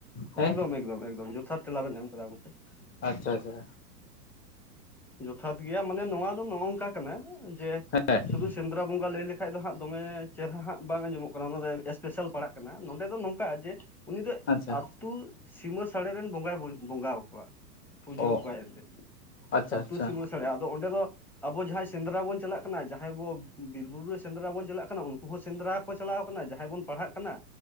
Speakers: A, on the left; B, in the centre.
A: ᱦᱮᱸ
B: ᱮᱠᱫᱚᱢ ᱮᱠᱫᱚᱢ ᱮᱠᱫᱚᱢ ᱡᱚᱛᱷᱟᱛ ᱛᱮᱞᱟᱵᱮᱱ ᱮᱢ ᱠᱟᱫᱟ ᱜᱚᱝᱠᱮ
A: ᱟᱪᱪᱷᱟ ᱟᱪᱪᱷᱟ
B: ᱡᱚᱛᱷᱟᱛ ᱜᱮᱭᱟ ᱢᱟᱱᱮ ᱱᱚᱣᱟ ᱫᱚ ᱱᱚᱝᱠᱟ ᱠᱟᱱᱟ ᱡᱮ
A: ᱦᱮᱸ
B: ᱥᱩᱫᱩ ᱥᱮᱸᱫᱽᱨᱟ ᱵᱚᱸᱜᱟ ᱞᱟᱹᱭ ᱞᱮᱠᱷᱟᱡ ᱫᱚ ᱦᱟᱸᱜ ᱫᱚᱢᱮ ᱪᱮᱦᱨᱟ ᱦᱟᱸᱜ ᱵᱟᱝ ᱟᱸᱡᱚᱢᱚᱜ ᱠᱟᱱᱟ ᱚᱱᱟ ᱫᱚ ᱮᱥᱯᱮᱥᱟᱞ ᱯᱟᱲᱟᱜ ᱠᱟᱱᱟ ᱱᱚᱸᱰᱮ ᱫᱚᱝᱠᱟ ᱚᱱᱠᱟ ᱡᱮ ᱩᱱᱤ ᱫᱚ
A: ᱟᱪᱪᱷᱟ
B: ᱟᱛᱳ ᱥᱤᱢᱟᱹ ᱥᱟᱹᱲᱮ ᱨᱮᱱ ᱵᱚᱸᱜᱟᱭ ᱵᱚᱸᱜᱟ ᱟᱠᱚᱣᱟ ᱯᱩᱡᱟᱹᱣ
A: ᱚ
B: ᱠᱚᱣᱟᱭ ᱮᱱᱛᱮᱫ
A: ᱟᱪᱪᱷᱟ
B: ᱟᱹᱛᱩ
A: ᱟᱪᱪᱷᱟ
B: ᱥᱤᱢᱟᱹ ᱥᱟᱲᱟ ᱟᱫᱚ ᱚᱸᱰᱮ ᱫᱚ ᱟᱵᱚ ᱡᱟᱦᱟᱭ ᱥᱮᱸᱫᱽᱨᱟ ᱵᱚᱱ ᱪᱟᱞᱟᱜ ᱠᱟᱱᱟ ᱡᱟᱦᱟᱸᱭ ᱵᱚ ᱵᱤᱨ ᱵᱩᱨᱩ ᱨᱮ ᱥᱮᱸᱫᱽᱨᱟ ᱵᱚᱱ ᱪᱟᱞᱟ ᱠᱟᱱᱟ ᱩᱱᱠᱩ ᱦᱚ ᱥᱮᱸᱫᱽᱨᱟ ᱠᱚ ᱪᱟᱞᱟᱣ ᱠᱟᱱᱟ ᱡᱟᱦᱟᱭ ᱵᱚᱱ ᱯᱟᱲᱦᱟᱜ ᱠᱟᱱᱟ